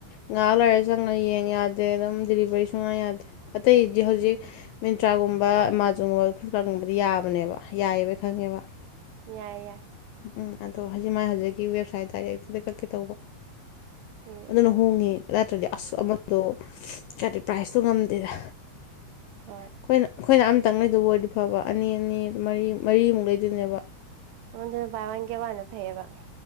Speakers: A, on the left; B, on the right.
A: ꯉꯥꯏꯍꯥꯛ ꯂꯣꯏꯔ ꯆꯪꯅ ꯌꯦꯡ ꯌꯥꯗꯦ ꯑꯗꯨꯝ ꯗꯤꯂꯤꯚꯔꯤ ꯁꯨꯡꯅ ꯌꯥꯗꯦ ꯑꯇꯩꯗꯤ ꯍꯧꯖꯤꯛ
B: ꯎꯝ
A: ꯃꯤꯟꯇ꯭ꯔꯥꯒꯨꯝꯕ ꯒꯕ ꯑꯦꯃꯥꯖꯣꯟꯒꯨꯝꯕ ꯐ꯭ꯂꯤꯞꯀꯥꯔꯠꯒꯨꯝꯕꯗꯤ ꯌꯥꯕꯅꯦꯕ ꯌꯥꯏꯌꯦꯕꯩ ꯈꯪꯉꯦꯕ
B: ꯌꯥꯏ ꯌꯥꯏ
A: ꯎꯝ ꯎꯝ ꯑꯗꯣ ꯍꯧꯖꯤꯛ ꯃꯥꯏ ꯍꯧꯖꯤꯛꯀꯤ ꯋꯦꯕꯁꯥꯏꯠ ꯗꯥꯏꯔꯦꯛꯇꯨꯗ ꯀꯛꯀꯦ ꯇꯧꯕ
B: ꯎꯝ
A: ꯑꯗꯨꯅ ꯍꯣꯡꯉꯦ ꯅꯠꯇ꯭ꯔꯗꯤ ꯑꯁ ꯑꯃꯗꯣ ꯀꯗꯦ ꯄ꯭ꯔꯥꯏꯖꯇꯣ ꯉꯝꯗꯦꯗ
B: ꯍꯣꯏ
A: ꯑꯩꯈꯣꯏꯅ ꯑꯩꯈꯣꯏꯅ ꯑꯃꯇꯪ ꯂꯩꯗꯕ ꯑꯣꯏꯔꯗꯤ ꯐꯕ ꯑꯅꯤ ꯑꯅꯤ ꯃꯔꯤ ꯃꯔꯤꯃꯨꯛ ꯂꯩꯗꯣꯏꯅꯦꯕ
B: ꯃ ꯑꯗꯨ ꯥꯔꯒꯦ ꯋꯥꯅ ꯐꯩꯕ